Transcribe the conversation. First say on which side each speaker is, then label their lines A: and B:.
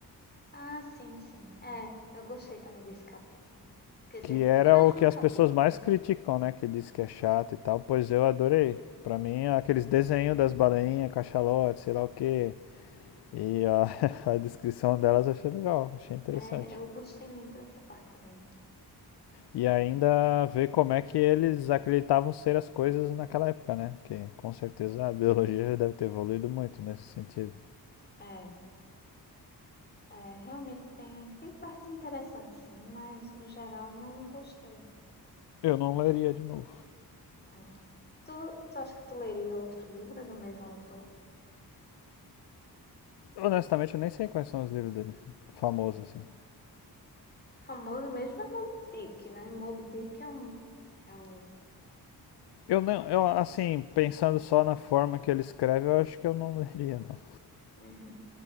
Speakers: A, on the left; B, on the left.
A: Ah, sim, sim. É, eu gostei também desse capítulo. Quer dizer,
B: Que era
A: foi mais
B: o
A: de
B: que
A: um capítulo,
B: as pessoas mais
A: né?
B: criticam, né? Que diz que é chato e tal. Pois eu adorei. Pra mim, aqueles desenhos das baleinhas, cachalote, sei lá o quê. E a, <laughs> a descrição delas eu achei legal, achei interessante.
A: É, eu gostei muito dessa parte também.
B: E ainda ver como é que eles acreditavam ser as coisas naquela época, né? Que com certeza a biologia deve ter evoluído muito nesse sentido.
A: É, é, realmente tem, tem partes interessantes, sim, mas no geral não gostei.
B: Eu não leria de novo.
A: É. Tu, tu acha que tu leria outro livro do mesmo autor?
B: Honestamente, eu nem sei quais são os livros dele, famosos assim.
A: O famoso mesmo é Moby Dick, né? Moby Dick é um, é um
B: Eu não, eu
A: Mas,
B: assim, pensando só na forma que ele escreve, eu acho que eu não <laughs> leria não.
A: Uhum,